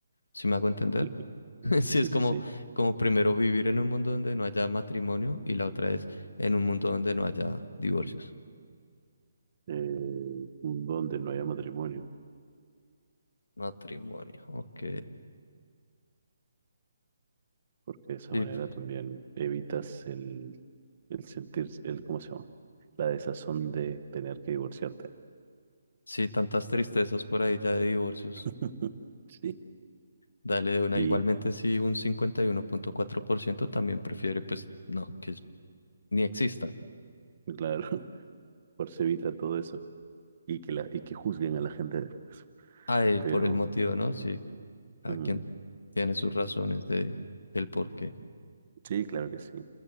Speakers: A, on the left (about 80°); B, on the right (about 30°).
A: ¿Sí me hago entender?
B: <laughs>
A: <laughs> Sí,
B: Sí,
A: es
B: sí,
A: como,
B: sí.
A: como primero vivir en un mundo donde no haya matrimonio y la otra es en un mundo donde no haya divorcios.
B: Eh, un don de no haya matrimonio,
A: Matrimonio, ok.
B: porque de esa
A: Sí,
B: manera
A: p-
B: también evitas el El sentir, el, ¿cómo se llama? La desazón de tener que divorciarte.
A: sí, tantas tristezas por ahí ya de divorcios.
B: <laughs> Sí.
A: Dale de una.
B: Y
A: Igualmente, si un cincuenta y uno punto cuatro por ciento también prefiere, pues no, que ni exista.
B: claro, <laughs> por se evita todo eso. Y que, la, y que juzguen a la gente después.
A: A él
B: Pero
A: por el motivo, ¿no? Sí, cada
B: mm,
A: quien tiene sus razones de, del por qué.
B: sí, claro que sí.